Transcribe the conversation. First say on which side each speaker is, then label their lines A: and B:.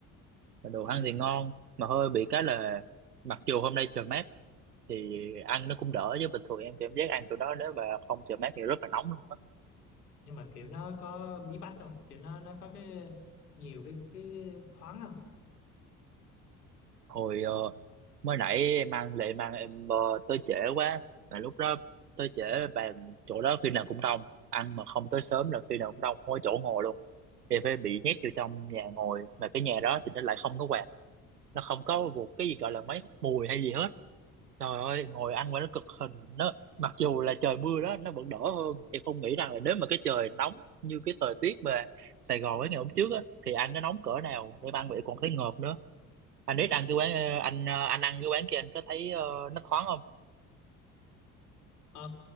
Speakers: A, on the right; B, on the left.
A: mà đồ
B: ừ
A: ăn thì ngon mà hơi bị cái là mặc dù hôm nay trời mát thì ăn nó cũng đỡ chứ bình thường em cảm giác ăn chỗ đó nếu mà không trời mát thì rất là nóng luôn á
B: nhưng mà kiểu nó có bí bách không kiểu nó nó có cái nhiều cái cái thoáng không
A: Hồi ờ, mới nãy em ăn lệ mang em ờ, tới trễ quá mà lúc đó tới trễ bàn chỗ đó khi nào cũng đông ăn mà không tới sớm là khi nào cũng đông không có chỗ ngồi luôn thì phải bị nhét vô trong nhà ngồi mà cái nhà đó thì nó lại không có quạt nó không có một cái gì gọi là máy hút mùi hay gì hết trời ơi ngồi ăn mà nó cực hình nó mặc dù là trời mưa đó nó vẫn đỡ hơn em không nghĩ rằng là nếu mà cái trời nóng như cái thời tiết mà Sài Gòn ấy ngày hôm trước á thì ăn nó nóng cỡ nào em ăn vậy còn thấy ngợp nữa anh biết ăn cái quán ờ, anh ờ, anh ăn cái quán kia anh có thấy ờ, nó thoáng không
B: ờ